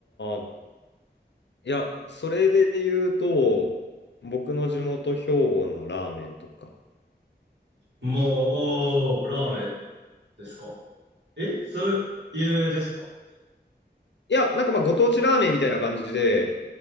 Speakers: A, on the left (about 85°); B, on the right (about 80°).
A: なあいや、それで言うと、僕の地元兵庫のラーメンとか。
B: もう、おー、ラーメンですか。えそれ、有名ですかなんか。
A: いや、なんかまあご当地ラーメンみたいな感じで、